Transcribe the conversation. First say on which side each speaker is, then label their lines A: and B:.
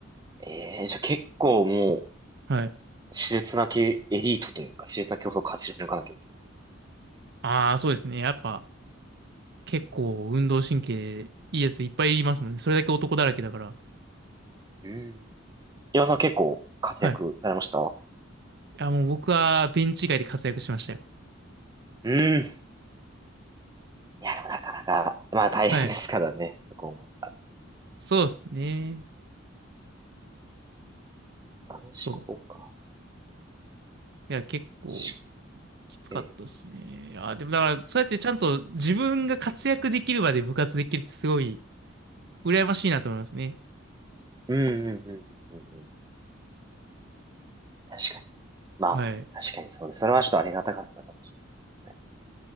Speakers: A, on the right; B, on the right.
A: ええ、じゃあ結構も
B: はい。
A: う、熾烈なけエリートというか、熾烈な競争を勝ち抜かなきゃいけない。
B: ああ、そうですね。やっぱ、結構運動神経いいやついっぱいいますもんね。それだけ男だらけだから。
A: うん。岩尾さんは結構活躍されました
B: はい。いや、もう僕はベンチ外で活躍しましたよ。
A: うん。いや、でもなかなか、まあ大変ですからね。
B: はい。
A: そこも。
B: そうですね。
A: 男子校か。
B: そう。いや、結構
A: し
B: きつかったですね。
A: ええ。
B: いや、でもだから、そうやってちゃんと自分が活躍できる場で部活できるってすごい羨ましいなと思いますね。
A: うんうんうんうんうんうん。確かに。まあ、
B: はい。
A: 確かにそうです。それはちょっとありがたかったかもしれないですね。